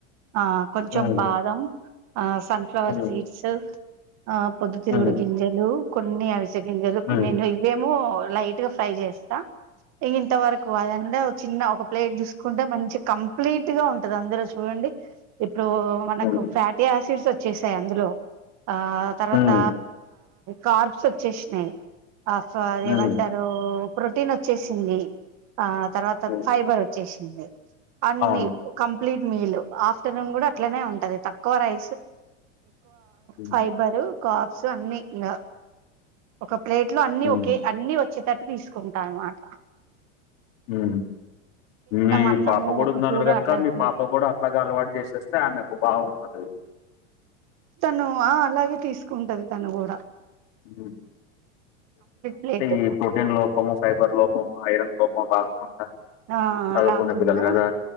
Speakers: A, on the right (about 45°); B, on the left (about 65°).
A: ఆ కొంచెం
B: ఉమ్,
A: బాదం ఆ సన్ఫ్లవర్
B: ఉమ్,
A: సీడ్స్ ఆ పొద్దు తిరుగుడు
B: ఉమ్,
A: గింజలు కొన్ని ఆవిస గింజలు కొన్ని
B: ఉమ్,
A: <unintelligible> <unintelligible> లైట్ గా ఫ్రై చేస్త ఇగ ఇంతవరకు అదంటే చిన్న ఒక ప్లేట్ చూసుకుంటే మంచి కంప్లీట్ గా ఉంటది అందురు చూ ఇప్పుడు మనకు
B: ఉమ్,
A: ఫ్యాటీ యాసిడ్స్ వచ్చేసాయి అందులో ఆ తర్వాత
B: ఉమ్,
A: కార్బ్స్ వచ్చేసినాయి ఆఫ్ అదేమంటారు
B: ఉమ్,
A: ప్రోటీన్ వచ్చేసింది ఆ తర్వాత
B: ఉమ్,
A: ఫైబర్ వచ్చేస్ అన్ని
B: అవును
A: క కంప్లీట్ మీల్ ఆఫ్టర్నూన్ కూడా అట్లనే ఉంటది తక్కువ రై
B: ఉమ్,
A: ఫైబరు కాప్స్ అన్ని ఇంగ ఒక ప్లేట్ లో అన్ని
B: ఉమ్,
A: ఒకే అన్ని వచ్చేటట్టు తీసుకుంటా అన్నమాట
B: హు మీ
A: అన్నము
B: పాప కూడ
A: ఒక
B: ఉందన్నారు
A: కూర
B: గనుక
A: అట్లా పెట్టినం
B: మీ పాప కూడ అట్లాగ అలవాటు చేసేస్తే ఆమెకు బాగుంటది
A: తను ఆ అలాగే తీసుకుంటది తను కూడ
B: <unintelligible>
A: ప్లేట్
B: ఈ ప్రోటీన్ లోపము ఫైబర్ లోపం <unintelligible>
A: ఆ
B: చదువుకునే
A: రాకుండా
B: పిల్లలు కదా